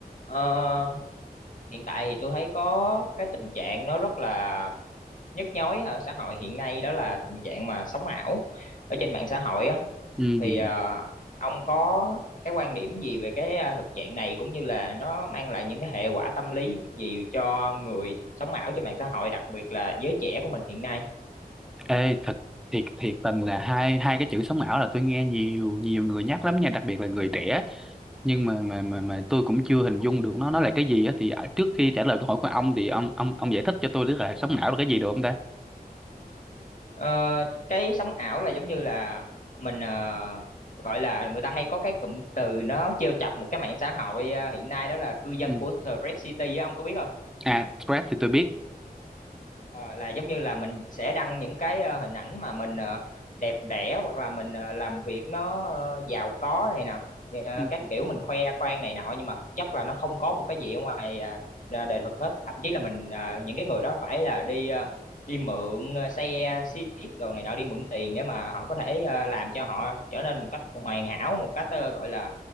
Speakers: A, on the left; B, in the centre.
A: Ờ, hiện tại thì tôi thấy có cái tình trạng nó rất là nhức nhối ở xã hội hiện nay đó là tình trạng mà sống ảo ở trên mạng xã hội á
B: Ừ.
A: thì ờ, ông có cái quan điểm gì về cái ờ, thực trạng này cũng như là nó mang lại những cái hệ quả tâm lý gì cho người sống ảo trên mạng xã hội đặc biệt là giới trẻ của mình hiện nay?
B: Ê, thật thiệt thiệt tình là hai hai cái chữ sống ảo là tôi nghe nhiều nhiều người nhắc lắm nha đặc biệt là người trẻ nhưng mà mà mà mà tôi cũng chưa hình dung được nó nó là cái gì á thì ở- trước khi trả lời câu hỏi của ông thì ông ông ông giải thích cho tôi biết là sống ảo là cái gì được không ta
A: Ờ, cái sống ảo là giống như là mình ờ, gọi là người ta hay có cái cụm từ nó trêu chọc một cái mạng xã hội ờ, hiện nay đó là cư dân
B: ừ.
A: của The Red City á ông có biết không?
B: à stress thì tôi biết
A: Ờ, là giống như là mình sẽ đăng những cái ờ, hình ảnh mà mình ờ, đẹp đẽ hoặc là mình ờ, làm việc nó ờ, giàu có này nè Ờ,
B: ừ.
A: các kiểu mình khoe khoang này nọ nhưng mà thực chất là nó không có một cái gì ở ngoài à, ra đời thực hết thậm chí là mình ờ, những cái người đó phải là đi ờ, đi mượn ờ, xe xiếc đồ này nọ đi mượn tiền để mà họ có thể ờ, làm cho họ trở nên một cách hoàn hảo một cách ờ, gọi là